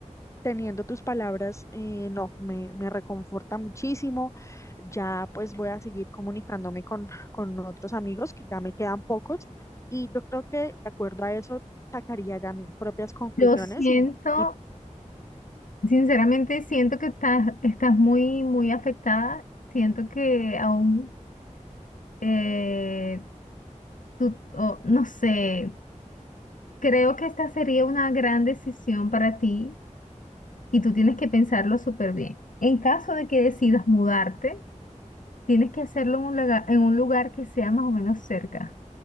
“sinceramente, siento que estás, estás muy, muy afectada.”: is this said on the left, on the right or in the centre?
Left